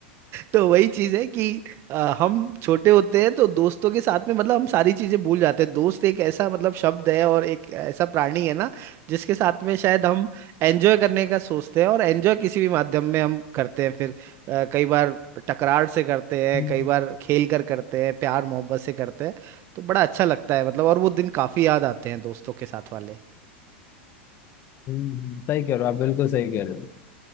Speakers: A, on the right; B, on the left.
A: तो वही चीज है कि अ, हम छोटे होते हैं तो दोस्तों के साथ में मतलब हम सारी चीजें भूल जाते हैं दोस्त एक ऐसा मतलब शब्द है और एक ऐसा प्राणी है ना जिसके साथ में शायद हम एंजॉय करने का सोचते हैं और एंजॉय किसी भी माध्यम में हम करते हैं फिर अ, कई बार टकरार से करते हैं
B: हम्म,
A: कई बार खेल कर करते हैं प्यार मोहब्बत से करते हैं तो बड़ा अच्छा लगता है मतलब और वो दिन काफी याद आते हैं दोस्तों के साथ वाले
B: हम्म, सही कह रहे हो आप बिल्कुल सही कह रहे हो